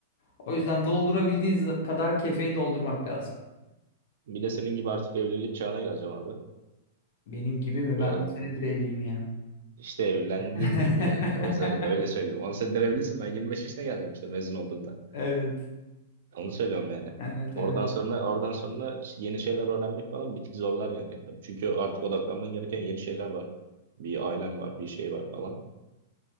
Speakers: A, on the left; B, on the right.
A: O yüzden doldurabildiğin z- kadar kefeyi doldurmak lazım.
B: Bir de senin gibi artık evlilik çağına geleceğim abi.
A: Benim gibi mi?
B: Ya
A: Ben 10 senedir evliyim ya.
B: işte evlendiğin
A: <laughs>
B: gibi yani. O yüzden öyle söyleyeyim. 10 senedir evlisin ben 25 yaşına geleceğim işte mezun olduğumda.
A: Evet.
B: Onu söylüyorum yani.
A: Evet,
B: Oradan
A: evet.
B: sonra oradan sonra işte yeni şeyler öğrenmek falan bir tık zorlar yani. Çünkü artık odaklanman gereken yeni şeyler var. Bir ailem var, bir şey var falan.